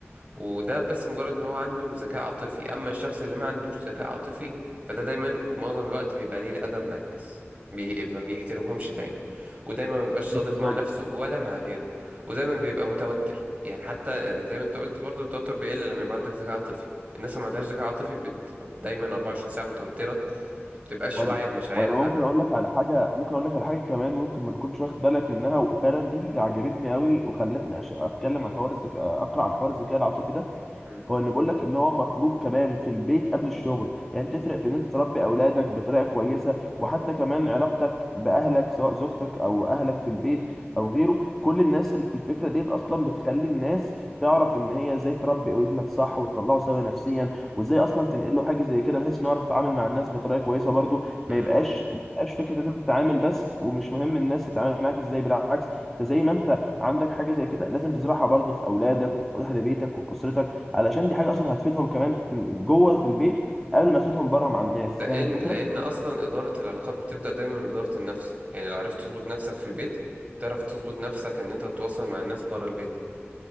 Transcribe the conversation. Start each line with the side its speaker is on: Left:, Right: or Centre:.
Right: وده بس مجرد ان هو عنده ذكاء عاطفي اما الشخص اللي ما عندوش ذكاء عاطفي فده دايما معظم الوقت بيبقى ليه الادب مع الناس بي... ما بيحترمهمش دايما ودايما ما بيبقاش
Centre: بالظبط
Right: صادق مع نفسه ولا مع غيره ودايما بيبقى متوتر يعني حتى زي ما انت قلت برضو التوتر بيقل لما يبقى عندك ذكاء عاطفي الناس اللي ما عندهاش ذكاء عاطفي بت... دايما 24 ساعة متوترة ما بتبقاش
Centre: وانا
Right: واعية بمشاعرها
Centre: وانا ممكن اقول لك على حاجه ممكن اقول لك على حاجه كمان ممكن ما تكونش واخد بالك منها وفعلا دي اللي عجبتني قوي وخلتني أش... اتكلم عن حوار الذكاء اقرا عن حوار الذكاء العاطفي ده
Right: مم.
Centre: هو ان بقول لك ان هو مطلوب كمان في البيت قبل الشغل يعني تفرق في ان انت تربي اولادك بطريقه كويسه وحتى كمان علاقتك باهلك سواء زوجتك او اهلك في البيت او غيره كل الناس ال- الفكره ديت اصلا بتخلي الناس تعرف ان هي ازاي تربي ابنك صح وتطلعه سوي نفسيا وازاي اصلا تنقل له حاجه زي كده بحيث انه يعرف يتعامل مع الناس بطريقه كويسه برضو ما
Right: مم.
Centre: يبقاش ما يبقاش فكره انت بتتعامل بس ومش مهم الناس تتعامل معاك ازاي بالعكس انت زي ما انت عندك حاجه زي كده لازم تزرعها برضو في اولادك وفي اهل بيتك وفي اسرتك علشان دي حاجه اصلا هتفيدهم كمان جوه في البيت قبل ما تفيدهم بره مع الناس
Right: لأن
Centre: فاهم الفكره
Right: لأن أصلا إدارة العلاقات بتبدأ دايما من إدارة النفس يعني لو عرفت تظبط نفسك في البيت تعرف تظبط نفسك إن أنت تتواصل مع الناس بره البيت